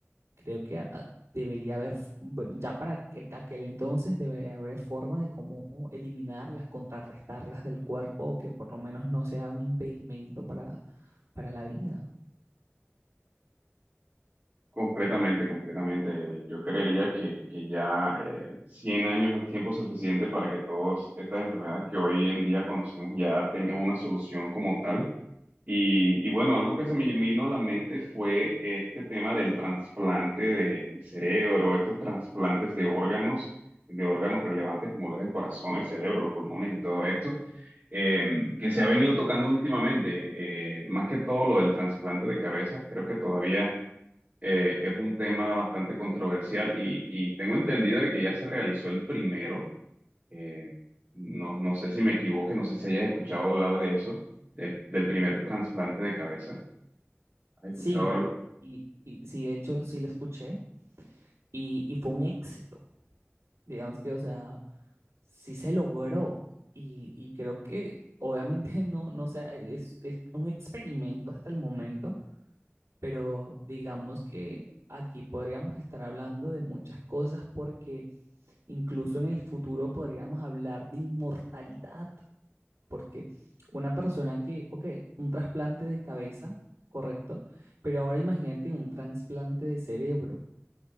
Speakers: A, on the right (about 80°); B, on the right (about 30°).
A: creo que ah, debería haber, f- bueno, ya para que- aquel entonces debería haber forma de cómo eliminarlas, contrarrestarlas del cuerpo o que por lo menos no sea un impedimento para, para la vida.
B: Completamente, completamente. Yo creería que, que ya eh, 100 años es tiempo suficiente para que todas estas enfermedades que hoy en día conocemos ya tengan una solución como tal. Y, y bueno, algo que se me vino a la mente fue este tema del trasplante de, de cerebro, estos trasplantes de órganos, de órganos relevantes como lo es el corazón, el cerebro, los pulmones y todo esto, eh, que se ha venido tocando últimamente. Eh, más que todo lo del trasplante de cabeza, creo que todavía eh, es un tema bastante controversial y, y tengo entendido de que ya se realizó el primero. Eh, no, no sé si me equivoque, no sé si hayas escuchado hablar de eso, del, del primer trasplante de cabeza. ¿Has
A: Sí,
B: escuchado algo?
A: y, y sí, de hecho sí lo escuché y, y fue un éxito. Digamos que, o sea, sí se logró y, y creo que obviamente no, no sea, es, es un experimento hasta el momento, pero digamos que aquí podríamos estar hablando de muchas cosas porque incluso en el futuro podríamos hablar de inmortalidad, porque una persona que, ok, un trasplante de cabeza, correcto, pero ahora imagínate un trasplante de cerebro,